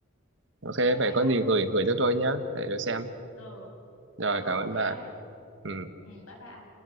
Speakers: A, on the right; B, on the left.
A: ok
B: ok
A: vậy
B: vậy
A: có
B: ha
A: gì gửi gửi cho tôi nhá để tôi xem
B: ừ
A: rồi
B: ừ
A: cảm
B: ok
A: ơn bà
B: ông
A: ừ
B: ừ bye bye ông